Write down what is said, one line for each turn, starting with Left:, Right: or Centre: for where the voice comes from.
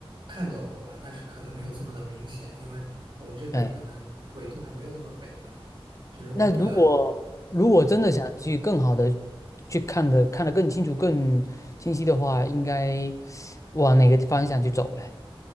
Right: 看到过吧，但是可能没有这么的明显，因为我们这边儿可能纬度还没有那么北嘛。
Left: 哎，
Right: 就如果你要，
Left: 那如果如果真的想去更好的
Right: 嗯，
Left: 去看的看得更清楚、更清晰的话，应该往哪个方向去走嘞？